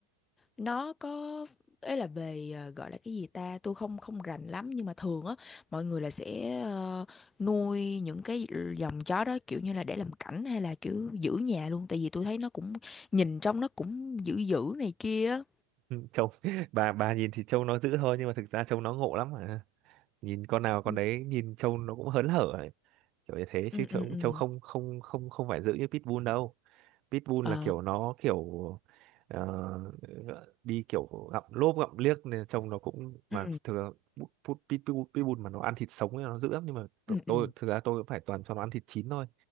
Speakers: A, on the left; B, on the right.
A: nó có ấy là về ờ, gọi là cái gì ta tôi không không rành lắm nhưng mà thường á mọi người là sẽ ờ, nuôi những cái dòng chó đó kiểu như là để làm cảnh hay là kiểu giữ nhà luôn tại vì tôi thấy nó cũng nhìn trong nó cũng dữ dữ này kia á.
B: Trông <laughs> bà bà nhìn thì trông nó dữ thôi nhưng mà thực ra trông nó ngộ lắm mà. nhìn con nào con
A: ừ
B: đấy nhìn trâu nó cũng hớn hở ấy. kiểu như thế
A: ừ
B: chứ trâu
A: ừ ừ
B: trông không không không không phải giữ như pitbull đâu pitbull
A: Ờ.
B: là kiểu nó kiểu ờ, đi kiểu gặm lốp gặm liếc nên trông nó cũng mà
A: ừ
B: thường bu- bu- pitbull, pitbull mà nó ăn thịt sống thì nó dữ lắm nhưng mà t-
A: ừ
B: tôi
A: ừ
B: thực ra tôi cũng phải toàn cho nó ăn thịt chín thôi